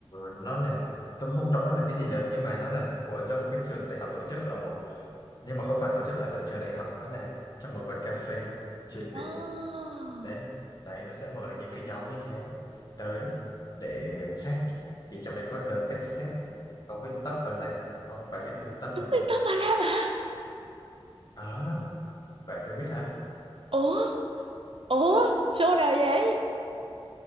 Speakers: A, on the left; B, on the right.
A: nó là tôi cũng không rõ nó là cái gì nữa nhưng mà nó là của do một cái trường đại học tổ chức ở một nhưng mà không phải tổ chức ở sân trường đại học nó là trong một quán cà phê chuyên về
B: oh.
A: nhạc đấy đấy nó sẽ mời những cái nhóm như thế tới để hát thì trong đấy có The Cassette này có Vinh Tóc và Lam này không bạn biết Vinh Tóc
B: Tuấn
A: và Lam
B: Minh
A: không
B: Tóc Và Lam hả
A: à bạn bạn biết hả
B: ủa ủa show nào vậy